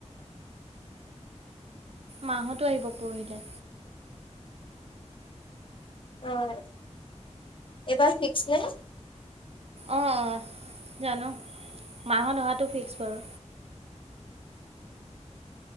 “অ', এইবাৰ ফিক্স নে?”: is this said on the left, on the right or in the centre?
Left